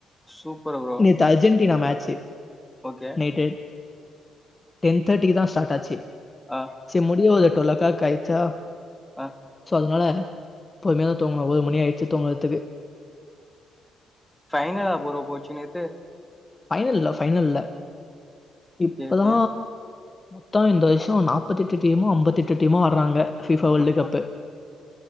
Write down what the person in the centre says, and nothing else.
சூப்பர் ப்ரோ
ஓகே
அ
ஆ
ஃபைனலா ப்றோ போச்சு நேத்து
ஓகே ஓகே
எப்பா